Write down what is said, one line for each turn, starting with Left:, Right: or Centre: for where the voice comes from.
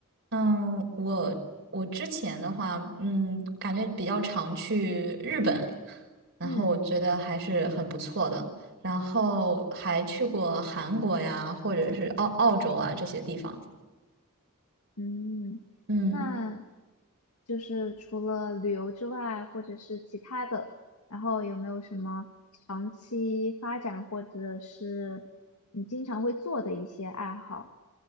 Right: 嗯，我我之前的话，嗯，感觉比较常去日本，然后我觉得还是很不错的。
Left: 嗯
Right: 然后还去过韩国呀，或者是澳澳洲啊这些地方。
Left: 嗯，
Right: 嗯。
Left: 那就是除了旅游之外，或者是其他的，然后有没有什么长期发展，或者是你经常会做的一些爱好？